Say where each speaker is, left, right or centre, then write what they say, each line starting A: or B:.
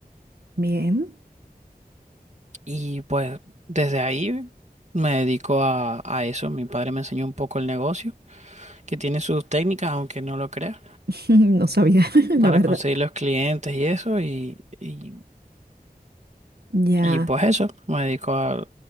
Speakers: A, on the right; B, on the right.
A: Bien,
B: y pues desde ahí me dedico a, a eso. Mi padre me enseñó un poco el negocio, que tiene sus técnicas, aunque no lo creas,
A: <laughs> no sabía, <laughs> la
B: para
A: verdad.
B: conseguir los clientes y eso y, y,
A: Ya,
B: y pues eso, me dedico a,